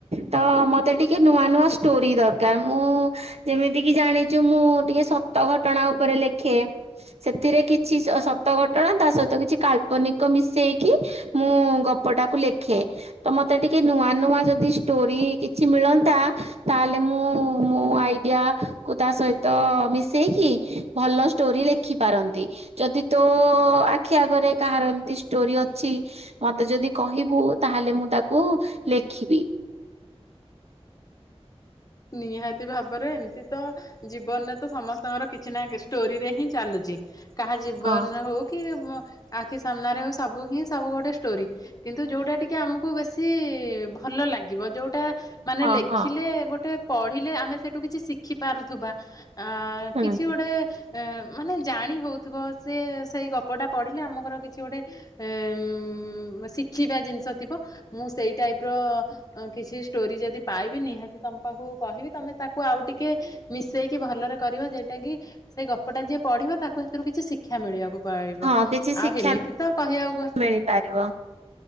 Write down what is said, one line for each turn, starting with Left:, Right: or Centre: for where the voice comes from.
Right: ତ ମତେ ଟିକେ ନୂଆ ନୂଆ ଷ୍ଟୋରି ଦରକାର। ମୁଁ ଯେମିତି କିି ଜାଣିଚୁ ମୁଁ ଟିକେ ସତ ଘଟଣା ଉପରେ ଲେଖେ ସେଥିରେ କିଛି ସତ ଘଟଣା ତା ସହିତ କିଛି କାଳ୍ପନିକ ମିଶେଇକି ମୁଁ ଗପଟାକୁ ଲେଖେ। ତ ମତେ ଟିକେ ନୂଆ ନୂଆ ଯଦି ଷ୍ଟୋରି କିଛି ମିଳନ୍ତା, ତାହେଲେ ମୁଁ ମୋ ଆଇଡିଆକୁ ତା ସହିତ ମିଶେଇକି ଭଲ ଷ୍ଟୋରି ଲେଖି ପାରନ୍ତି। ଯଦି ତୋ ଆଖି ଆଗରେ କାହାର ଏମତି ଷ୍ଟୋରି ଅଛି, ମତେ ଯଦି କହିବୁ ତାହେଲେ ମୁଁ ତାକୁ ଲେଖିବି।
Left: ନିହାତି ଭାବରେ ଏମିତି ତ ଜୀବନରେ ତ ସମସ୍ତଙ୍କର କିଛି ନା କିଛି ଷ୍ଟୋରିରେ ହିଁ ଚାଲୁଛି। କାହା ଜୀବନରେ
Right: ହଁ
Left: ହଉ କି କା ଆଖି ସାମ୍ନାରେ ହଉ ସବୁ ହିଁ ସବୁ ଗୋଟେ ଷ୍ଟୋରି। କିନ୍ତୁ ଯୋଉଟା ଟିକେ ଆମକୁ ବେଶି ଭଲ ଲାଗିବ ଯୋଉଟା ମାନେ
Right: ହଁ
Left: ଲେଖିଲେ
Right: ହଁ
Left: ଗୋଟେ ପଢିଲେ ଆମେ ସେଇଠୁ କିଛି ଶିଖି ପାରୁଥିବା। ଅ
Right: ହୁଁ
Left: କିଛି ଗୋଟେ ମାନେ ଜାଣି ହଉଥିବ ସେ ସେଇ ଗପଟା ପଢ଼ିଲେ ଆମର କିଛି ଗୋଟେ ଏ ଉଁ ଶିଖିବା ଜିନିଷ ଥିବ ମୁଁ ସେଇ ଟାଇପର କିଛି ଷ୍ଟୋରି ଯଦି ପାଇବି ନିହାତି ତମ ପାଖକୁ କହିବି ତମେ ତାକୁ ଆଉ ଟିକେ ମିଶେଇକି ଭଲରେ କରିବ ଯୋଉଟା କି ସେ ଗପଟା ଯିଏ ପଢିବ ତାକୁ ସେଥିରୁ କିଛି ଶିକ୍ଷା ମିଳିବାକୁ ପାଇବ।
Right: ହଁ କିଛି
Left: ଆଉ
Right: ଶିକ୍ଷା
Left: ହେମିତି ତ କହିବାକୁ ଗଲେ
Right: ମିଳିପାରିବ।